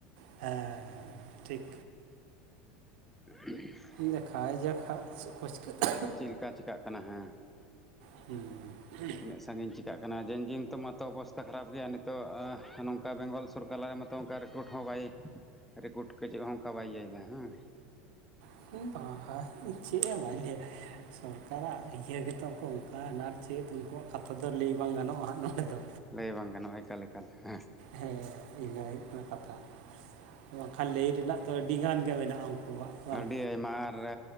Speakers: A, on the right; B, in the centre.
A: ᱦᱮᱸ ᱦᱮᱸ ᱴᱷᱤᱠ
B: <unintelligible>
A: ᱫᱮᱠᱷᱟᱭ ᱡᱟᱠ ᱦᱟᱸᱜ ᱪᱮᱫᱠᱚ ᱪᱤᱠᱟᱹᱜ
B: ᱪᱮᱫ ᱞᱮᱠᱟ ᱪᱤᱠᱟᱜ ᱠᱟᱱᱟ ᱦᱮᱸ
A: ᱦᱩᱸ
B: ᱛᱤᱱᱟᱹᱜ ᱥᱟᱺᱜᱤᱧ ᱪᱤᱠᱟᱹᱜ ᱠᱟᱱᱟ? ᱡᱮᱧᱡᱤ ᱱᱤᱛᱚᱜ ᱢᱟᱛᱚ ᱚᱵᱚᱥᱛᱟ ᱠᱷᱟᱨᱟᱯ ᱜᱮᱭᱟ ᱱᱤᱛᱚᱜ ᱱᱚᱝᱠᱟ ᱵᱮᱝᱜᱚᱞ ᱥᱚᱨᱠᱟᱨ <unintelligible> ᱛᱚ ᱚᱱᱠᱟ ᱨᱮᱠᱳᱴ ᱦᱚᱸ ᱵᱟᱭ ᱨᱮᱠᱳᱰ ᱠᱚ ᱪᱮᱫ ᱦᱚᱸ ᱚᱱᱠᱟ ᱵᱟᱭ ᱤᱭᱟᱹᱭᱮᱫᱟ ᱮᱸ
A: <unintelligible> ᱵᱟᱦᱟ ᱪᱮᱫ ᱦᱚ ᱵᱟᱹᱧ ᱞᱟᱹᱭᱟ ᱥᱚᱨᱠᱟᱨᱟᱜ ᱤᱭᱟᱹ ᱜᱮᱛᱚ ᱠᱚ ᱚᱱᱠᱟᱱᱟ ᱟᱨ ᱪᱮᱫ ᱩᱱᱠᱩᱣᱟᱜ ᱠᱟᱛᱷᱟ ᱫᱚ ᱞᱟᱹᱭ ᱵᱟᱝ ᱜᱟᱱᱚᱜᱼᱟ ᱟᱫᱚ
B: ᱞᱟᱹᱭ ᱵᱟᱝ ᱜᱟᱱᱚᱜᱼᱟ ᱮᱠᱟᱞ ᱮᱠᱟᱞ ᱦᱮᱸ
A: ᱦᱮᱸ ᱤᱱᱟᱹ ᱦᱩᱭᱩᱜ ᱠᱟᱱᱟ ᱠᱟᱛᱷᱟ ᱵᱟᱝᱠᱷᱟᱱ ᱞᱟᱹᱭ ᱨᱮᱱᱟᱜ ᱛᱚ ᱟᱹᱰᱤ ᱜᱟᱱ ᱜᱮ ᱢᱮᱱᱟᱜᱼᱟ ᱩᱱᱠᱩᱣᱟᱜ ᱵᱟᱝ
B: ᱟᱹᱰᱤ ᱟᱭᱢᱟ ᱟᱨ